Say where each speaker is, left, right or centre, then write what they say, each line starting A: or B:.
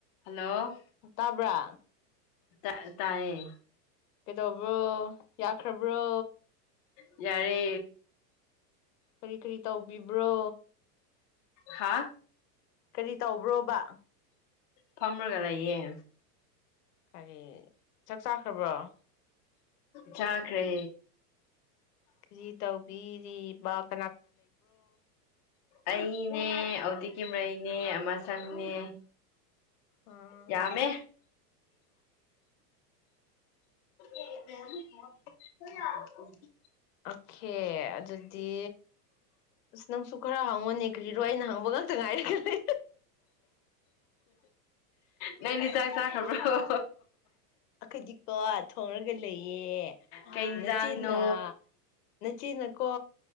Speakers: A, on the left; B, on the left.
A: hello
B: ꯇꯥꯕ꯭ꯔꯥ
A: ꯇꯥ ꯇꯥꯏꯌꯦ
B: ꯀꯩꯗꯧꯕ꯭ꯔꯣ ꯌꯥꯈ꯭ꯔꯕ꯭ꯔꯣ
A: ꯌꯥꯔꯦ
B: ꯀꯔꯤ ꯀꯔꯤ ꯇꯧꯕꯤꯕ꯭ꯔꯣ
A: ꯍꯥꯥ
B: ꯀꯔꯤ ꯇꯧꯕ꯭ꯔꯣꯕ
A: ꯐꯝꯔꯒꯂꯩꯌꯦ
B: ꯀꯔꯤ ꯆꯥꯛ ꯆꯥꯈ꯭ꯔꯕ꯭ꯔꯣ
A: ꯆꯥꯈ꯭ꯔꯦ
B: ꯀꯔꯤ ꯇꯧꯕꯤ <unintelligible>
A: ꯑꯩꯅꯦ ꯑꯣꯗꯤ ꯀꯦꯃꯩ ꯅꯦ ꯑꯃ ꯆꯪꯅꯦ
B: ꯑꯥ
A: ꯌꯥꯃꯦ <unintelligible>
B: ꯑꯣꯈꯦ ꯑꯗꯨꯗꯤ ꯑꯁ ꯅꯪꯁꯨ ꯈꯔ ꯍꯪꯉꯣꯅꯦ ꯀ꯭ꯔꯤꯔꯣ ꯑꯩꯅ ꯍꯪꯕ ꯉꯥꯛꯇ ꯉꯥꯏꯔꯦ
A: ꯅꯪꯗꯤ ꯆꯥꯛ ꯆꯥꯈ꯭ꯔꯕ꯭ꯔꯣ
B: ꯑꯈꯣꯏꯗꯤꯀꯣ ꯊꯣꯡꯔꯒ ꯂꯩꯌꯦ
A: ꯀꯩ ꯏꯟꯖꯥꯡꯅꯣ
B: ꯅꯆꯤꯟꯅ ꯅꯆꯦꯅ ꯀꯣ